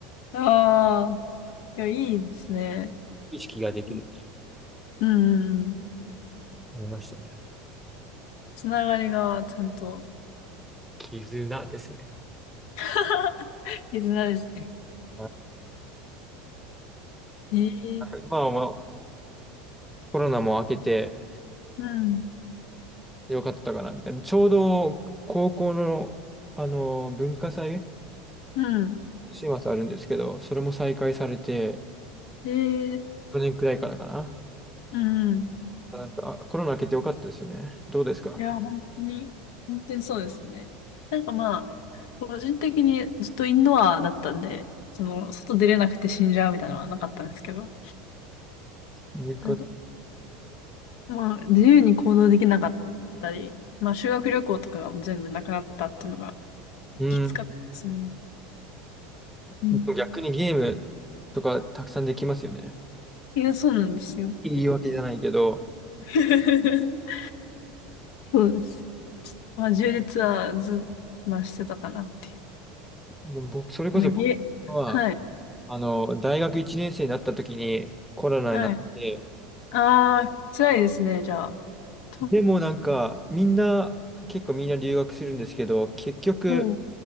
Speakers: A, on the left (about 75°); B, in the centre.
A: ああ。いや、いいですね。
B: 意識ができる。
A: うんうんうん
B: ありましたね。
A: つながりがちゃんと
B: 絆ですね。
A: <laughs> 絆ですね。
B: はい
A: <laughs> ええ
B: 今はまあコロナも明けて
A: うん。
B: よかったかな、みたいな。ちょうど高校の、あの文化祭、
A: うん。
B: 今週末あるんですけど、それも再開されて、
A: ええ
B: 去年くらいからかな。
A: うんうん。
B: なんか、あコロナ明けてよかったですよね。どうですか
A: いや、本当に、本当にそうですね。なんかまあ、個人的にずっとインドアだったんで、その、外出れなくて死んじゃうみたいなのはなかったんですけど、
B: よか
A: なんか、まあ、自由に行動できなかったり、まあ、修学旅行とかが全部なくなったっていうのが
B: うん。
A: きつかったですね。うん。
B: でも逆にゲームとかたくさんできますよね。
A: いや、そうなんですよ。
B: いいわけじゃないけど、
A: <laughs> そうです。まあ、縦列はず、まあ、してたかなっていう。
B: でも僕、それこそ僕は、
A: あの、げ、はい、
B: あの、大学1年生になった時にコロナになって、
A: はい。ああ、辛いですね、じゃあ。と、
B: でもなんか、みんな、結構みんな留学するんですけど、結局、
A: も